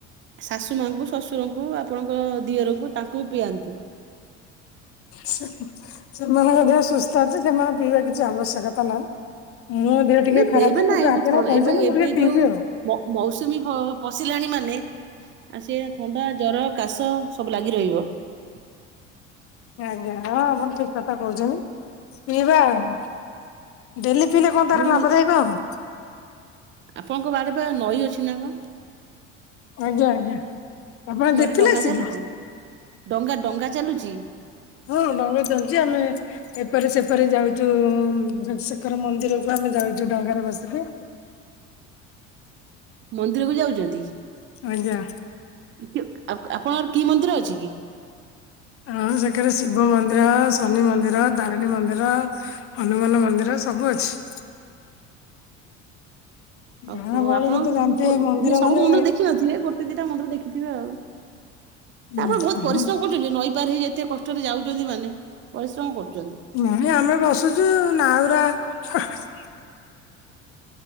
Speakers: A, on the right (about 30°); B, on the left (about 35°).
A: ଶାଶୁ ମାଙ୍କୁ ଶଶୁରଙ୍କୁ ଆପଣଙ୍କ ଦିଅରଙ୍କୁ ତାଙ୍କୁ ବି ପିଆନ୍ତୁ।
B: ସେମାନଙ୍କ ଦେହ ସୁସ୍ଥ ଅଛି ସେମାନେ ପିଇବା କିଛି ଆବଶ୍ୟକତା ନାଇଁ। ମୋ ଦେହ ଟିକେ
A: ନାଇଁ ପିଇବେ
B: ଖରାପ
A: ନା
B: ଯଦି
A: ଏବେ
B: ଆପଣ
A: ଥଣ୍ଡା-
B: କହିଛନ୍ତି
A: ଏବେ ଏବେ
B: ମୁଁ ଟିକେ
A: ଯୋଉ
B: ପିଇବି ଆଉ।
A: ମ ମୌସୁମୀ ହ ପଶିଲାଣି ମାନେ ଆଉ ସିଏ ଥଣ୍ଡା, ଜର, କାଶ ସବୁ ଲାଗି ରହିବ।
B: ଆଜ୍ଞା ହଁ ଆପଣ ଠିକ କଥା କହୁଛନ୍ତି, ପିଇବା ଆଉ। ଡେଲି ପିିଲେ କଣ ତାର
A: ଆଉ
B: ଲାଭଦାୟକ ହବ।
A: ଆପଣଙ୍କ ବାଡ଼ି ବା ନଈ ଅଛି ନା କ?
B: ଆଜ୍ଞା ଆଜ୍ଞା ଆପଣ
A: ନଈରେ
B: ଦେଖିଲେ
A: ଡଙ୍ଗା
B: ଆସିକି।
A: ଚାଲୁଚି ଡଙ୍ଗା ଡଙ୍ଗା ଚାଲୁଚି।
B: ହଁ ଡ଼ଙ୍ଗା ଚାଲିଛି ଆମେ ଏପରି ସେପରି ଯାଉଚୁ। ସେକର ମନ୍ଦିରକୁ ଆମେ ଯାଉଛୁ ଡଙ୍ଗାରେ ବସିକି।
A: ମନ୍ଦିର କୁ ଯାଉଚନ୍ତି।
B: ଆଜ୍ଞା।
A: ଆପ୍ ଆପଣଙ୍କର କି ମନ୍ଦିର ଅଛି କି?
B: ହଁ ସେକରେ ଶିବ ମନ୍ଦିର, ଶନି ମନ୍ଦିର, ତାରିଣୀ ମନ୍ଦିର ହନୁମାନ ମନ୍ଦିର ସବୁ ଅଛି।
A: ଓହୋ
B: ଗାଁ ଗହଳିରେ
A: ଆପଣ
B: ତ
A: ଉଁ
B: ଜାଣିଥିବେ ମନ୍ଦିର
A: ସବୁ
B: ମାନେ
A: ମୁଣ୍ଡରେ ଦେଖିନ ନଥିବେ ଗୋ ଟେ ଦିଟା ମନ୍ଦିର ଦେଖିଥିବେ ଆଉ
B: ଉଁ
A: ତାପରେ ବହୁତ ପରିଶ୍ରମ୍ କହୁଛନ୍ତି ନଈ ପାର ହୋଇ ଯେତେ କଷ୍ଟରେ ଯାଉଛନ୍ତି ମାନେ ପରିଶ୍ରମ କରୁଛନ୍ତି।
B: ନାଇଁ ଆମେ ବସୁଛୁ ନାଉୁରା <unintelligible>